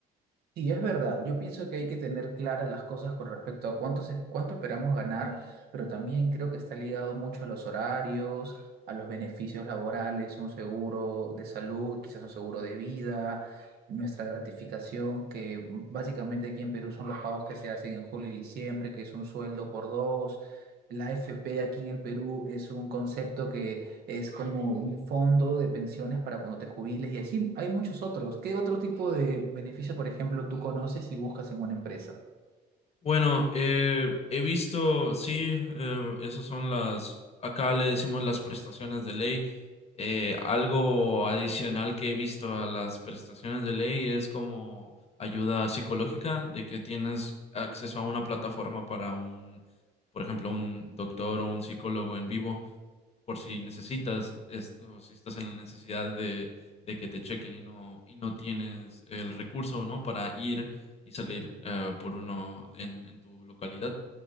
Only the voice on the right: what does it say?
Sí, es verdad. Yo pienso que hay que tener claras las cosas con respecto a cuánto, se- cuánto esperamos ganar, pero también creo que está ligado mucho a los horarios, a los beneficios laborales, un seguro de salud, quizás un seguro de vida, nuestra gratificación, que básicamente aquí en Perú son los pagos que se hacen en julio y diciembre, que es un sueldo por dos. La AFP aquí en el Perú es un concepto que es como un fondo de pensiones para cuando te jubiles y así hay muchos otros. ¿Qué otro tipo de beneficio, por ejemplo, tú conoces y buscas en una empresa?